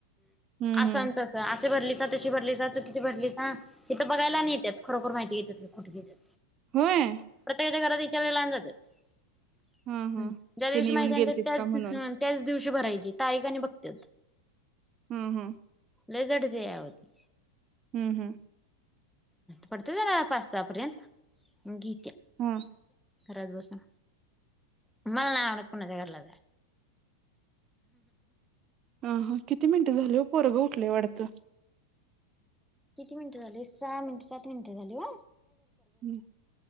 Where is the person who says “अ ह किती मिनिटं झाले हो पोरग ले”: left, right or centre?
Right